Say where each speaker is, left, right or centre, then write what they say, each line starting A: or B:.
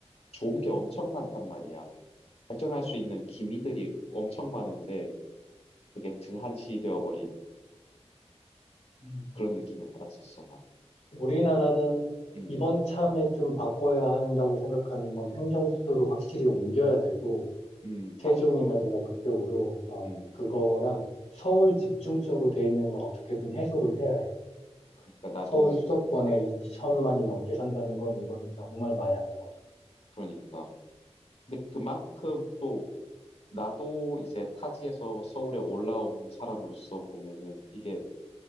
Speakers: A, on the left; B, on the left.
A: 좋은 게 엄청 많단 말이야. 발전할 수 있는 기미들이 엄청 많은데 되게 등한시 되어버린
B: 음.
A: 그런 느낌을 받았었어, 난.
B: 우리나라는
A: 음,
B: 이번 참에 좀 바꿔야 한다고 생각하는 건 행정수도를 확실히 옮겨야 되고,
A: 음,
B: 세종이라든가
A: 맞아.
B: 그쪽으로, 어,
A: 음,
B: 그거랑 서울 집중적으로 돼 있는 걸 어떻게든 해소를 해야 해.
A: 그러니까 나도,
B: 서울 수도권에 2천만이
A: 음,
B: 넘게 산다는 건 이건 정말 말이 안 되거든.
A: 그러니까. 근데 그만큼 또 나도 이제 타지에서 서울에 올라온 사람으로서 보면은 이게